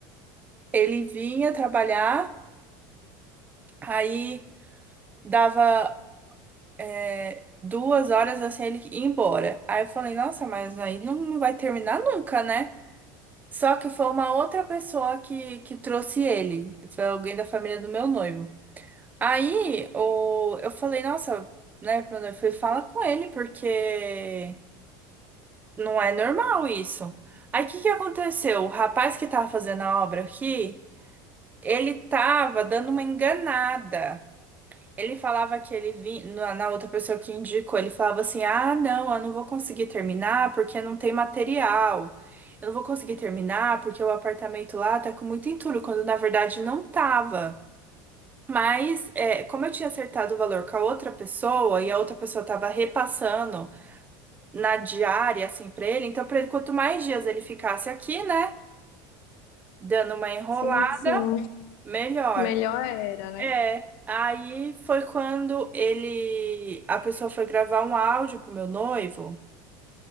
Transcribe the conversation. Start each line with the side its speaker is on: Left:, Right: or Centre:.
Right: Ele vinha trabalhar, aí dava. é, duas horas assim ele ir embora. Aí eu falei, nossa, mas aí não não vai terminar nunca, né? Só que foi uma outra pessoa que, que trouxe ele, foi alguém da família do meu noivo. Aí o, eu falei, nossa, né, meu noivo, falei, fala com ele, porque não é normal isso. Aí o que que aconteceu? O rapaz que tava fazendo a obra aqui, ele tava dando uma enganada. Ele falava que ele vinha, na na outra pessoa que indicou, ele falava assim: ah, não, eu não vou conseguir terminar porque não tem material. Eu não vou conseguir terminar porque o apartamento lá tá com muito entulho, quando na verdade não tava. Mas, é, como eu tinha acertado o valor com a outra pessoa e a outra pessoa tava repassando na diária, assim, pra ele, então pra ele, quanto mais dias ele ficasse aqui, né, dando uma enrolada,
Left: Sim, sim.
Right: melhor.
Left: Melhor era, né?
Right: É, aí foi quando ele, a pessoa foi gravar um áudio pro meu noivo,